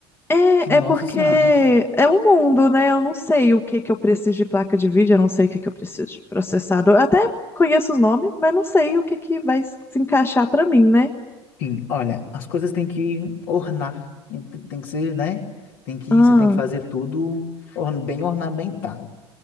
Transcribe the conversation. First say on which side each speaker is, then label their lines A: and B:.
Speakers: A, on the left (about 15°); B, on the left (about 60°).
A: É,
B: que, nossa
A: é porque
B: senhora.
A: é um mundo, né? Eu não sei o que que eu preciso de placa de vídeo, eu não sei o que que eu preciso de processador. Eu até conheço os nomes, mas não sei o que que vai se encaixar pra mim, né?
B: Sim, olha, as coisas têm que ornar, tem tem que ser, né? Tem que,
A: Ah,
B: você tem que fazer tudo orn- bem ornamentado.